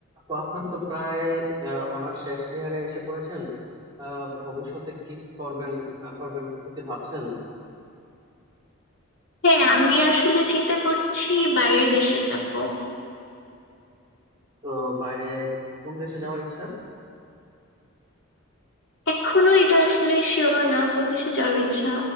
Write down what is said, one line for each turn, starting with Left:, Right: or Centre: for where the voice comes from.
Right: তো আপনার তো প্রায় অনার্স শেষ ইয়ারে এসে পড়েছেন আহ, ভবিষ্যতে কি করবেন না করবেন কিছু কি ভাবছেন
Left: হ্যাঁ আমি আসলে চিন্তা করছি বাইরের দেশে যাব
Right: তো বাইরে কোন দেশে যাওয়ার ইচ্ছা
Left: এখনো এটা আসলে শিওর না কোন দেশে যাওয়ার ইচ্ছা